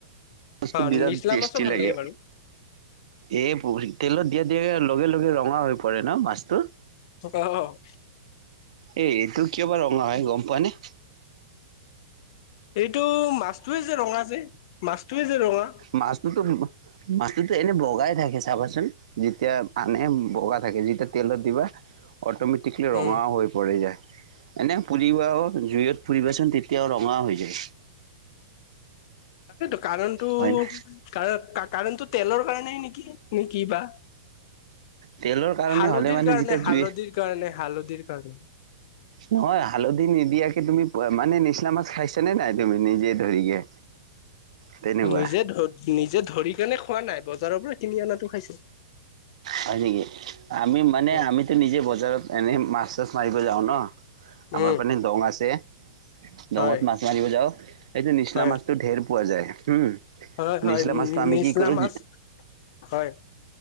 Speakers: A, on the right; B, on the left.
A: বস্তু
B: অ
A: বিৰাট
B: নিচলা
A: টেষ্টি
B: মাছো ভাল
A: লাগে।
B: বাৰু
A: এই তেলত দিয়া দিয়া লগে লগে ৰঙা হৈ পৰে ন মাছটো।
B: অ'।
A: এ এইটো কিয় বা ৰঙা হয় গম পোৱানে?
B: এইটো মাছটোৱে যে ৰঙা যে। মাছটোৱে যে ৰঙা
A: মাছটোতো মাছটোতো এনে বগাই থাকে চাবাচোন। যেতিয়া আনে বগা থাকে যেতিয়া তেলত দিবা অট'মেটিকলি ৰঙা
B: উম
A: হৈ পৰি যায়। এনে পুৰিবা আৰু জুইত পুৰিবাচোন তেতিয়া ৰঙা হৈ যায়।
B: তাকেইটো কাৰণ্টো
A: হয় না?
B: কাৰ কাৰাণ্টো তেলৰ কাৰণে নেকি নেকি বা।
A: তেলৰ কাৰণে
B: হালধিৰ
A: হ'লে মানে
B: কাৰণে,
A: যেতিয়া জুই
B: হালধিৰ কাৰণে, হালধিৰ কাৰণে।
A: নহয় হালধি নিদিয়াকে তুমি মানে নিচিনা মাছ খাইছ নে নাই তুমি নিজে ধৰিকে। তেনেকুৱা
B: নিজে ধ নিজে ধৰি কেনে খোৱা নাই বজাৰৰ পৰা কিনি অনাটো খাইছো।
A: হয় নেকি আমি মানে
B: হয়
A: আমিতো নিজে বজাৰত এনে মাছ চাছ মাৰিব যাওঁ ন। আমাৰ
B: উম
A: মানে দং আছে। দমত
B: হয়
A: মাছ মাৰিব যাওঁ এইটো নিচলা
B: হয়
A: মাছতো ঢেৰ পোৱা যায় হম।
B: হয় হয়
A: নিছিলা মাছটো আমি
B: নিচলা
A: কি কৰো?
B: মাছ হয়।